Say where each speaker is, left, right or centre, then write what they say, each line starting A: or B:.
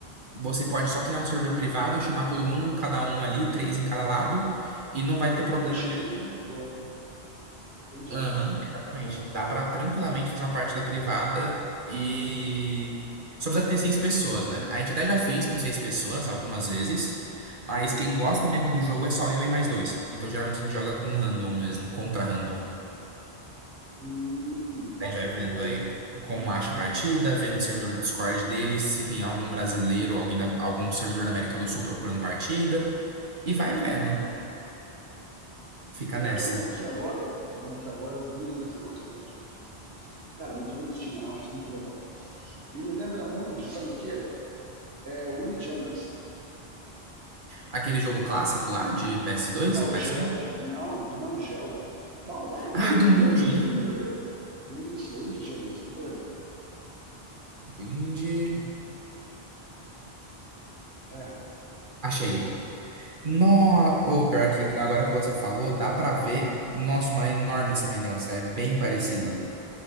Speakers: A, on the right; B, on the right.
A: você pode só criar um servidor privado, chamar todo mundo, cada um ali, três em cada lado, e não
B: Fica
A: vai ter
B: trocando
A: problema
B: time,
A: de
B: boa. Entendi.
A: Aham, exatamente. Dá pra tranquilamente fazer uma parte da privada e só precisa ter seis pessoas, né? A gente até já fez com seis pessoas algumas vezes, mas
B: Hum.
A: quem gosta mesmo do jogo é só eu e mais dois. Então geralmente a gente joga com random mesmo, contra random.
B: Hum.
A: A gente vai vendo aí como acha a partida, vendo o servidor do Discord dele, se tem algum brasileiro, alguém da- algum servidor da América do Sul procurando partida, e vai vendo. Fica
B: E
A: nessa.
B: eu tô vendo aqui agora, eu tô vendo aqui agora o vídeo do jogo aqui no YouTube, né? Cara, é muito bonitinho, a arte é muito legal. Ele lembra muito, sabe o quê? é, Windjammers
A: Aquele jogo clássico lá de ps
B: do
A: dois
B: Neo
A: ou ps
B: Geo.
A: um
B: Não, do Neo Geo. Dá, dá procurando
A: Ah, do
B: no,
A: Neo
B: no
A: Geo!
B: YouTube pra tu ver. Isso, Windjammers, Jammers, procura aí.
A: Windjammers?
B: É,
A: Achei. No... Ou pior que agora que você falou, dá pra ver, nossa, uma enorme semelhança. É bem parecido.
B: sim,